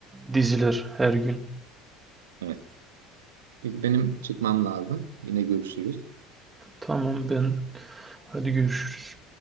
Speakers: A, on the right; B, on the right.
A: diziler her gün.
B: Evet. Peki benim çıkmam lazım. Yine görüşürüz.
A: Tamam ben hadi görüşürüz.